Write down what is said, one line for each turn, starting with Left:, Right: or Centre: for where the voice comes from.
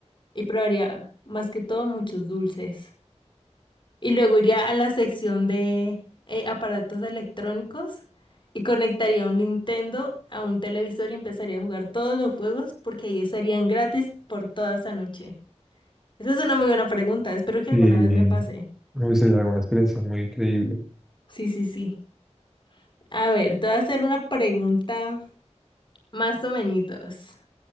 Left: y probaría más que todo muchos dulces. Y luego iría a la sección de eh, aparatos electrónicos y conectaría un Nintendo a un televisor y empezaría a jugar todos los juegos porque ahí estarían gratis por toda esa noche. Esa es una muy buena pregunta. Espero que alguna
Centre: Y
Left: vez me pase.
Centre: me gustaría dar una experiencia muy increíble.
Left: Sí, sí, sí. A ver, te voy a hacer una pregunta más o menos.